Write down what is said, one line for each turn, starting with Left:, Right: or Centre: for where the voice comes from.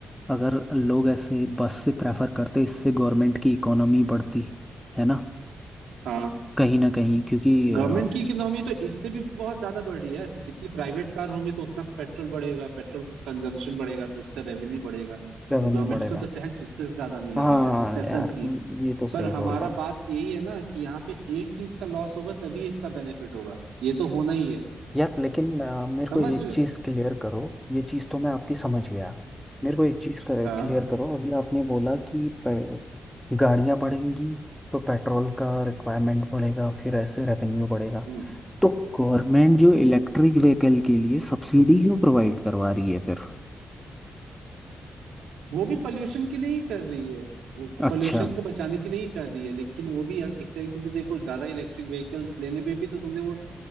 Centre: अगर लोग ऐसे बस से प्रेफर करते इससे गवर्नमेंट की इकोनॉमी बढ़ती है ना
Right: हाँ
Centre: कहीं ना कहीं क्योंकि अ,
Right: गवर्नमेंट की इकोनॉमी तो इससे भी बहुत ज्यादा बढ़ रही है कि जितने प्राइवेट कार होंगे तो उतना पेट्रोल बढ़ेगा पेट्रोल का कंजम्पशन बढ़ेगा तो उसका रेवेन्यू बढ़ेगा तो
Centre: रेवेन्यू
Right: गवर्नमेंट
Centre: बढ़ेगा
Right: को तो टैक्स उससे ज्यादा मिलेगा
Centre: हाँ
Right: यार ऐसा
Centre: यार
Right: नहीं है
Centre: ये तो सही
Right: पर
Centre: बोल
Right: हमारा
Centre: रहा हो।
Right: बात यही है ना कि यहाँ पे एक चीज का लॉस होगा तभी एक का बेनिफिट होगा ये तो होना ही है
Centre: यार लेकिन अ, मेरे
Right: समझ
Centre: को एक
Right: रहे
Centre: चीज़
Right: हो
Centre: क्लियर करो ये चीज़ तो मैं आपकी समझ गया मेरे को एक चीज़ क्लियर
Right: हाँ
Centre: करो अभी आपने बोला कि पे- गाड़ियाँ बढ़ेंगी तो पेट्रोल का रिक्वायरमेंट बढ़ेगा फिर ऐसे रेवेन्यू बढ़ेगा
Right: हम्म।
Centre: तो गवर्नमेंट जो इलेक्ट्रिक व्हीकल के लिए सब्सिडी क्यों प्रोवाइड करवा रही है फिर
Right: वो भी पोल्यूशन के लिए ही कर रही है वो
Centre: अच्छा
Right: पोल्यूशन
Centre: हम्म
Right: को बचाने के लिए ही कर रही है लेकिन वो भी एक तरीके से देखो ज्यादा इलेक्ट्रिक व्हीकल्स लेने पे भी तो तुमने वो